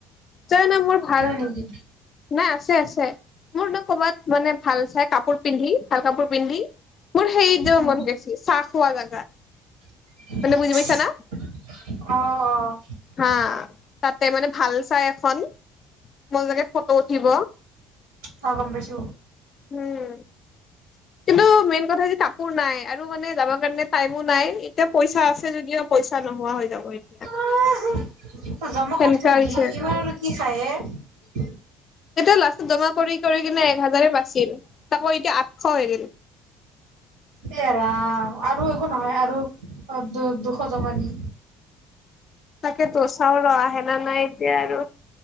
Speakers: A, on the left; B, on the right.
A: জানা মোৰ ভাল
B: নেকি
A: নাই আছে আছে মোৰ নহ ক'বাত মানে ভাল চাই কাপোৰ পিন্ধি ভাল কাপোৰ পিন্ধি মোৰ সেই যাব
B: উম
A: মন গৈছে চাহঁ খোৱা জাগাত
B: অহ
A: মানে বুজি পাইছা না
B: অহ
A: হা তাতে মানে ভাল চাই ফন মোৰ চাগে ফটো উঠিব।
B: হয় গম পাইছো।
A: উম কিন্তু মেইন কথা যে কাপোৰ নাই আৰু মানে যাবা কাৰণে টাইমো নাই এতিয়া পইচা আছে যদিও পইচা নোহোৱা হৈ যাব এতিয়া
B: আহ জমা
A: সেনেকা
B: কৰি থৈ
A: হৈছে
B: দি ইমান আৰু কি খায়ে।
A: এতিয়া লাষ্টত জমা কৰি কৰি কিনে এক হাজাৰে বাছিল তাকো এতিয়া আঠশ হৈ গেল
B: ইয়ে ৰাম আৰু একো নহয় আৰু দু-দুশ টকা দি।
A: তাকেতো চাউলৰ আহেনা নাই এতিয়া আৰু